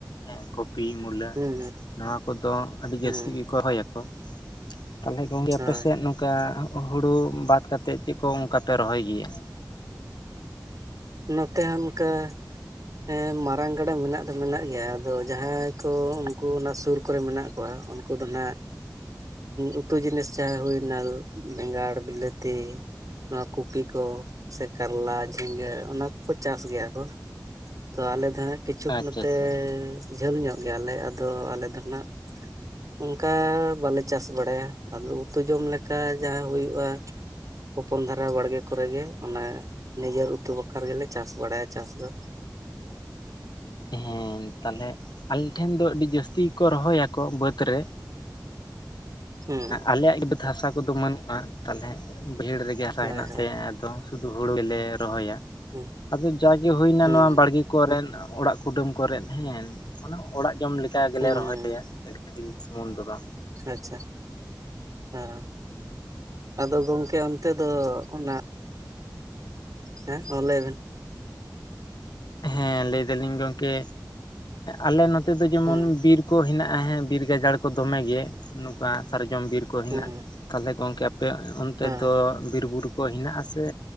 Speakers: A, on the left; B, on the right.
A: ᱦᱮᱸ ᱠᱚᱯᱤ ᱢᱩᱞᱟᱹ,
B: ᱦᱮᱸ
A: ᱱᱚᱣᱟ ᱠᱚᱫᱚ ᱟᱹᱰᱤ
B: ᱦᱮᱸ
A: ᱡᱟᱹᱥᱛᱤ ᱜᱮᱠᱚ ᱨᱚᱦᱚ ᱭᱟᱠᱚ᱾ ᱛᱟᱦᱚᱞᱮ ᱜᱚᱢᱠᱮ
B: ᱦᱳᱭ
A: ᱟᱯᱮᱥᱮᱜ ᱱᱚᱝᱠᱟ, ᱦᱳᱳᱩ ᱵᱟᱫᱽ ᱠᱟᱛᱮᱜ ᱪᱮᱫ ᱠᱚ ᱚᱱᱠᱟ ᱯᱮ ᱨᱚᱦᱚᱭ ᱜᱮᱭᱟ?
B: ᱱᱚᱛᱮ ᱦᱚᱸ ᱚᱱᱠᱟ ᱦᱮᱸ ᱢᱟᱨᱟᱝ ᱜᱟᱰᱟ ᱢᱮᱱᱟᱜ ᱫᱚ ᱢᱮᱱᱟᱜ ᱜᱮᱭᱟ, ᱟᱫᱚ ᱡᱟᱦᱟᱸᱭ ᱠᱚ ᱩᱱᱠᱩ ᱚᱱᱟ ᱥᱩᱨ ᱠᱚᱨᱮ ᱢᱮᱱᱟᱜ ᱠᱚ ᱠᱚᱣᱟ ᱩᱱᱠᱩ ᱫᱚ ᱱᱟᱦᱟᱜ ᱩᱛᱩ ᱡᱤᱱᱤᱥ ᱡᱟᱦᱟᱸ ᱦᱩᱭᱱᱟ ᱵᱮᱸᱜᱟᱲ ᱵᱤᱞᱟᱹᱛᱤ ᱱᱚᱣᱟ ᱠᱩᱯᱤ ᱠᱚ ᱥᱮ ᱠᱟᱨᱞᱟ, ᱡᱷᱤᱸᱜᱟᱹ ᱚᱱᱟ ᱠᱚᱠᱚ ᱪᱟᱥ ᱜᱮᱭᱟ ᱠᱚ, ᱛᱚ ᱟᱞᱮ ᱫᱚ ᱦᱟᱜ ᱠᱤᱪᱷᱩ
A: ᱟᱪᱪᱷᱟ
B: ᱱᱚᱛᱮ
A: ᱟᱪᱪᱷᱟ
B: ᱡᱷᱟᱹᱞ ᱧᱚᱜ ᱜᱮᱭᱟᱞᱮ ᱟᱫᱚ ᱟᱞᱮ ᱫᱚ ᱱᱟᱜ ᱚᱱᱠᱟ ᱵᱟᱞᱮ ᱪᱟᱥ ᱵᱟᱲᱟᱭᱟ, ᱟᱫᱚ ᱩᱛᱩ ᱡᱚᱢ ᱞᱮᱠᱟ ᱡᱟᱦᱟᱸ ᱦᱩᱭᱩᱜᱼᱟ᱾ ᱦᱚᱯᱚᱱ ᱫᱷᱟᱨᱟ ᱵᱟᱲᱜᱮ ᱠᱚᱨᱮ ᱜᱮ, ᱚᱱᱟ ᱱᱤᱡᱮᱨ ᱩᱛᱩ ᱵᱟᱠᱷᱨᱟ ᱜᱮᱞᱮ ᱪᱟᱥ ᱵᱟᱲᱟᱭᱟ ᱪᱟᱥ ᱫᱚ᱾
A: ᱦᱮᱸ ᱛᱟᱞᱦᱮ ᱟᱞᱮ ᱴᱷᱮᱱ ᱫᱚ ᱟᱹᱰᱤ ᱡᱟᱹᱟᱥᱛᱤ ᱜᱮᱠᱚ ᱨᱚᱦᱚᱭᱟ ᱠᱚ ᱵᱟᱹᱫᱽ ᱨᱮ᱾
B: ᱦᱩᱸ
A: ᱟᱞᱮᱭᱟᱜ ᱵᱟᱹᱫᱽ ᱦᱟᱥᱟ ᱠᱚᱫᱚ ᱵᱟᱹᱱᱩᱜᱼᱟ, ᱛᱟᱞᱦᱮ ᱵᱟᱹᱭᱦᱟᱹᱲ ᱨᱮᱜᱮ ᱦᱟᱥᱟ
B: ᱦᱳᱭ
A: ᱦᱮᱱᱟᱜ
B: ᱦᱳᱭ
A: ᱛᱮ ᱟᱫᱚ ᱥᱩᱫᱩ ᱦᱳᱲᱩ ᱜᱮᱞᱮ ᱨᱚᱦᱚᱭᱟ
B: ᱦᱩᱸ
A: ᱟᱫᱚ ᱡᱟᱜᱮ ᱦᱩᱭᱱᱟ
B: ᱦᱩᱸ
A: ᱱᱚᱣᱟ ᱵᱟᱲᱜᱮ ᱠᱚᱨᱮᱱ ᱚᱲᱟᱜ ᱠᱚᱨᱮ ᱠᱩᱰᱟᱹᱢ ᱠᱚᱨᱮᱱ ᱦᱮᱸ ᱚᱱᱟᱮ ᱚᱲᱟᱜ ᱡᱚᱢ ᱞᱮᱠᱟ ᱜᱮᱞᱮ
B: ᱦᱩᱸ
A: ᱨᱚᱦᱚᱭᱟ, ᱟᱹᱠᱷᱨᱤ ᱥᱩᱢᱩᱝ ᱫᱚ ᱵᱟᱝ?
B: ᱟᱪᱪᱷᱟ, ᱦᱮᱸ ᱟᱫᱚ ᱜᱚᱝᱠᱮ ᱚᱱᱛᱮ ᱫᱚ ᱚᱱᱟ ᱦᱮᱸᱻ ᱚᱻ ᱞᱟᱹᱭ ᱵᱮᱱ᱾
A: ᱦᱮᱸ ᱞᱟᱹᱭ ᱫᱟᱞᱤᱧ ᱜᱚᱝᱠᱮ ᱟᱞᱮ ᱱᱚᱛ ᱱᱚᱛᱮ ᱫᱚ ᱡᱮᱢᱚᱱ
B: ᱦᱩᱸ
A: ᱵᱤᱨ ᱠᱚ ᱦᱮᱱᱟᱜᱼᱟ, ᱦᱮᱸ ᱵᱤᱨ ᱜᱟᱡᱟᱲ ᱠᱚ ᱫᱚᱢᱮ ᱜᱮ ᱱᱚᱝᱠᱟ ᱥᱟᱨᱡᱚᱢ ᱵᱤᱨ ᱠᱚ ᱠᱚ ᱦᱮᱱᱟᱜᱼᱟ
B: ᱦᱩᱸ
A: ᱾ᱛᱟᱦᱚᱞᱮ ᱜᱚᱝᱠᱮ ᱟᱯᱮ ᱚᱱᱛᱮ
B: ᱦᱮᱸ
A: ᱫᱚ ᱵᱤᱨ ᱵᱩᱨᱩ ᱠᱚ ᱠᱚ ᱦᱮᱱᱟᱜᱼᱟᱥᱮ,